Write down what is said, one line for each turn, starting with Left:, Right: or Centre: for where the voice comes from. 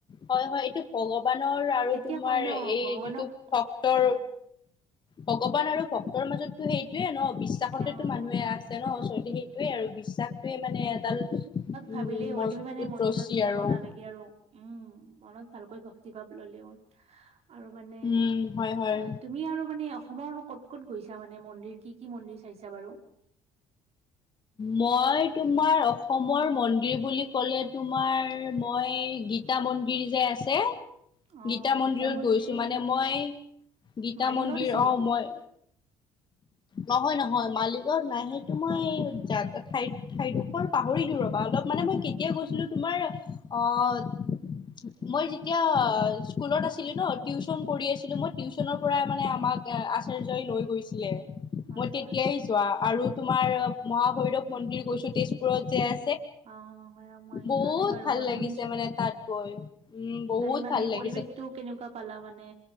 Left: হয়, হয় এইটো, ভগৱানৰ আৰু
Right: তেতিয়া
Left: তোমাৰ,
Right: কয় ন
Left: এই
Right: ভগৱানক
Left: যিটো ভক্তৰ
Right: অ
Left: ভগৱান আৰু ভক্তৰ মাজতো সেইটোয়ে ন। বিশ্বাসতেতো
Right: উম
Left: মানুহে আছে ন, ওচৰতে সেইটোৱে আৰু বিশ্বাসটোৱে মানে এডাল উম
Right: ভাবিলে, হইটো
Left: মজবুত
Right: ইমান মানে মন্দিৰত
Left: ৰছী
Right: যাব
Left: আৰু
Right: নালাগে আৰু উম, মনত ভালকৈ ভক্তি ভাৱ ললে হল। আৰু মানে
Left: উম হয় হয়
Right: অ, তুমি আৰু মানে অসমৰ ক'ত ক'ত গৈছা মানে মন্দিৰ কি, কি মন্দিৰ, চাইছা বাৰু?
Left: মই তোমাৰ অসমৰ মন্দিৰ বুলি ক'লে তোমাৰ মই গীতা মন্দিৰ যে আছে
Right: অ
Left: গীতা মন্দিৰত
Right: মন্দিৰ
Left: গৈছো মানে মই গীতা
Right: মালিগাঁৱত
Left: মন্দিৰ
Right: আছে নেকি
Left: আহ মই
Right: <unintelligible>
Left: নহয়, নহয় মালিকত নাই সেইটো মই যাক ঠাই-ঠাইডোখৰ পাহৰিলো ৰবা অলপ মানে মই কেতিয়া গৈছিলো তোমাৰ অ, ' মই যেতিয়া স্কুলত আছিলো ন, টিউচন কৰি আছিলো মই টিউশ্যনৰ পৰাই মানে আমাক আচাৰ্যই লৈ গৈছিলে।
Right: হয়
Left: মই তেতিয়াই
Right: হয়
Left: যোৱা আৰু তোমাৰ মহাভৈৰৱ মন্দিৰ গৈছো, তেজপুৰত যে আ
Right: অ হয় মই
Left: বহুত
Right: যোৱা নাই বাৰু
Left: ভাল
Right: মই
Left: লাগিছে
Right: শুনিছো
Left: মানে তাত গৈ উম, বহুত
Right: তাৰে মানে
Left: ভাল লাগিছে।
Right: পৰিৱেশটো কেনেকুৱা পালা মানে